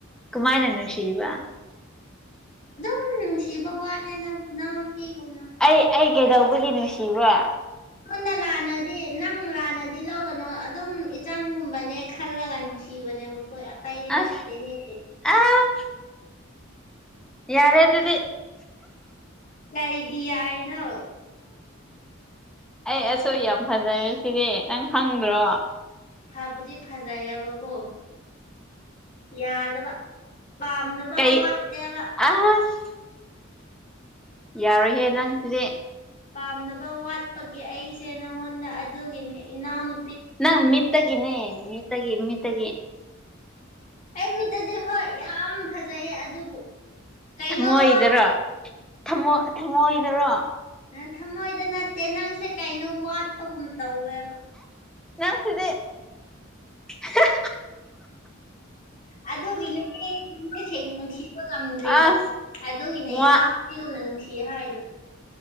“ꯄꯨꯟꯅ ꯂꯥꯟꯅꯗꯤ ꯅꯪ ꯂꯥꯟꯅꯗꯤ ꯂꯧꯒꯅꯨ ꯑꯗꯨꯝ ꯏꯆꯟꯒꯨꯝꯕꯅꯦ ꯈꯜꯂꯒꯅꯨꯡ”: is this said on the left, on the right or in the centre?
Left